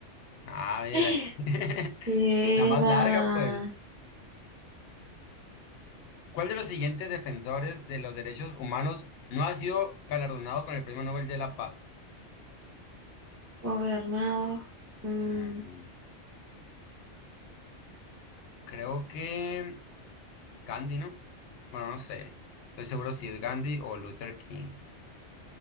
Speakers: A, on the left; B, on the right.
A: Ah, mira.
B: <gasps>
A: <laughs>
B: Si
A: La más
B: era
A: larga, pues. ¿Cuál de los siguientes defensores de los derechos humanos no ha sido galardonado con el Premio Nobel de la Paz?
B: gobernado. mm,
A: Mm, creo que Gandhi, ¿no? Bueno, no sé. Estoy seguro si es Gandhi o Luther King.